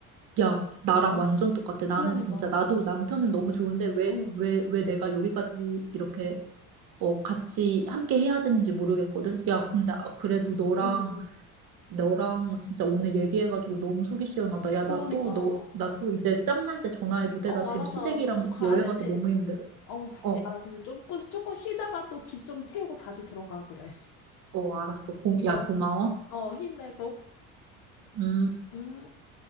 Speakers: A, on the right; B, on the left.
A: 야, 나랑
B: 어
A: 완전 똑같아. 나는
B: 그러니까
A: 진짜, 나도 남편은 너무 좋은데, 왜,
B: 응 응
A: 왜, 왜 내가 여기까지 이렇게, 어, 같이 함께 해야 되는지 모르겠거든. 야, 근데 아, 그래도 너랑
B: 응
A: 너랑 진짜 오늘 얘기해가지고 너무 속이 시원하다. 야,
B: 그러니까
A: 나 또, 너, 나 또 이제 짬날 때 전화해도 돼.
B: 어
A: 나 지금
B: 알았어
A: 시댁이랑
B: 알았어 또 가야
A: 여행
B: 되지.
A: 가서 너무 힘들어.
B: 어
A: 어,
B: 야 근데 조금 조금 쉬다가 또 기 좀 채우고 다시 들어가 그래.
A: 어, 알았어. 고, 야,
B: 어
A: 고마워.
B: 어 힘내고
A: 음.
B: 음.